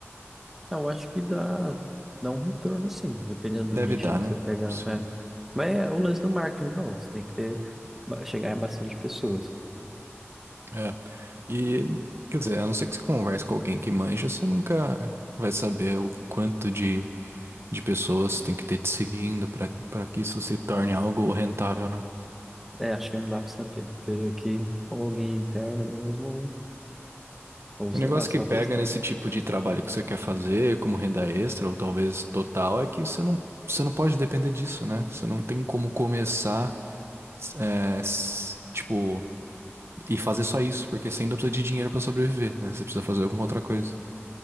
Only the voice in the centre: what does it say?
Eu acho que dá, dá um retorno, sim, dependendo
do nicho
que
você pegar.
É. Mas é o lance do marketing de novo. Você tem que ter, ba- chegar em bastante pessoas.
É, acho que não dá pra saber. Teria que ou alguém interno mesmo, ou sei
lá, só
testando.